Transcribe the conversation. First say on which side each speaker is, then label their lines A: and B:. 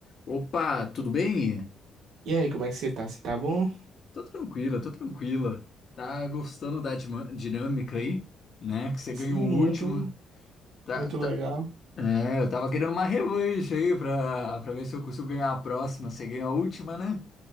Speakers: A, on the left; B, on the right.
A: Opa, tudo bem?
B: E aí, como é que você tá? Você tá bom?
A: Tô tranquila, tô tranquila. Tá gostando da dima- dinâmica aí, né? Que você
B: Sim,
A: ganhou o
B: muito,
A: último. Tá,
B: muito
A: tá-
B: legal.
A: É, eu tava querendo uma revanche aí pra, pra ver se eu consigo ganhar a próxima. Você ganhou a última, né?